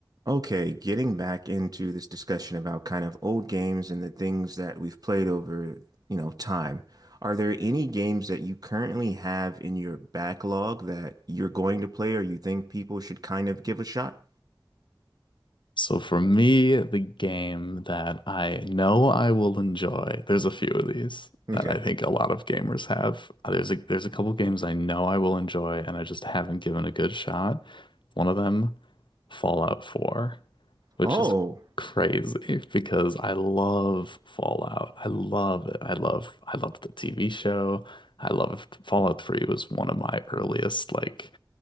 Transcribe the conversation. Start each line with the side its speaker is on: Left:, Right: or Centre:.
Right: Okay, getting back into this discussion about kind of old games and the things that we've played over, you know, time. Are there any games that you currently have in your backlog that you're going to play or you think people should kind of give a shot?
Left: So for me, the game that I know I will enjoy, there's a few of these
Right: Okay.
Left: that I think a lot of gamers have. Uh, There's a there's a couple games I know I will enjoy and I just haven't given a good shot. One of them, Fallout 4, which
Right: Oh,
Left: is crazy because I love Fallout. I love it. I love I loved the TV show. I loved Fallout 3 was one of my earliest like